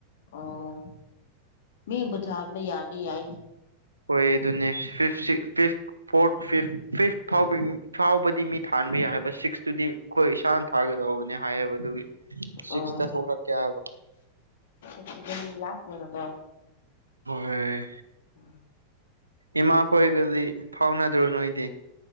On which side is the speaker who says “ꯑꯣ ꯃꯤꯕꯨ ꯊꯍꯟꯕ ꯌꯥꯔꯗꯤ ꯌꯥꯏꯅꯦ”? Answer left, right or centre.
Left